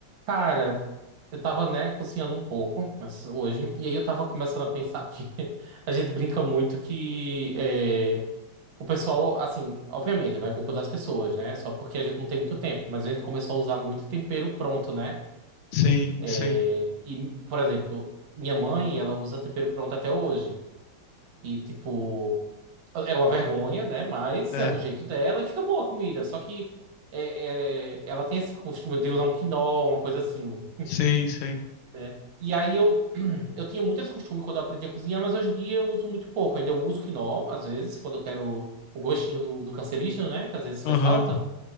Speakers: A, on the right; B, on the left.
A: Cara, eu tava, né, cozinhando um pouco mas hoje, e aí eu tava começando a pensar, porque <laughs> a gente brinca muito que é, o pessoal, assim, obviamente, não é culpa das pessoas, né? Só porque a gente não tem muito tempo, mas a gente começou a usar muito tempero pronto, né?
B: Sim,
A: É,
B: sim.
A: e, por exemplo, minha mãe, ela usa tempero pronto até hoje. E, tipo, é é uma vergonha, né? Mas
B: É,
A: é o jeito dela e fica boa a comida. Só que é, é, ela tem esse costume de usar um quinol, uma coisa assim
B: sim, sim.
A: né? E aí eu, <clears throat> eu tinha muito esse costume quando eu aprendi a cozinhar, mas hoje em dia eu uso muito pouco. Ainda eu uso quinol, às vezes, quando eu quero o gostinho do, do cancerígeno, né? Que às vezes faz
B: Aham.
A: falta.